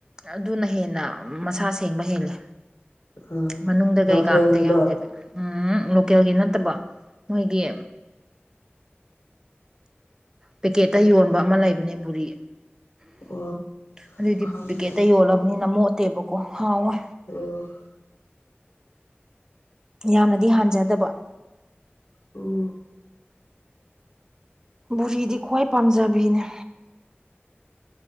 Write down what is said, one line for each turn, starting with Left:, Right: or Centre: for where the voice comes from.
Right: ꯑꯗꯨꯅ ꯍꯦꯟꯅ ꯃꯁꯥ ꯁꯦꯡꯕ ꯍꯦꯜꯂꯦ
Left: ꯎꯝ
Right: ꯃꯅꯨꯡꯗ ꯀꯩꯀꯥ
Left: ꯂꯣꯀꯦꯜꯒꯤꯗꯣ
Right: ꯑꯝꯇ ꯌꯥꯎꯗꯦꯕ ꯎꯝ ꯂꯣꯀꯦꯜꯒꯤ ꯅꯠꯇꯕ ꯃꯣꯏꯒꯤ ꯄꯦꯀꯦꯠꯇ ꯌꯣꯟꯕ ꯑꯃ ꯂꯩꯕꯅꯦ ꯕꯨꯔꯤ
Left: ꯑꯣ
Right: ꯑꯗꯨꯗꯤ
Left: ꯈꯪꯗꯦ
Right: ꯄꯦꯀꯦꯠꯇ ꯌꯣꯜꯂ ꯃꯤꯅ ꯃꯣꯠꯇꯦꯕꯀꯣ ꯍꯥꯎꯋꯦ
Left: ꯎꯝ
Right: ꯌꯥꯝꯅꯗꯤ ꯍꯥꯟꯖꯗꯕ
Left: ꯎꯝ
Right: ꯕꯨꯔꯤꯗꯤ ꯈ꯭ꯋꯥꯏ ꯄꯥꯝꯖꯕꯤꯅꯦ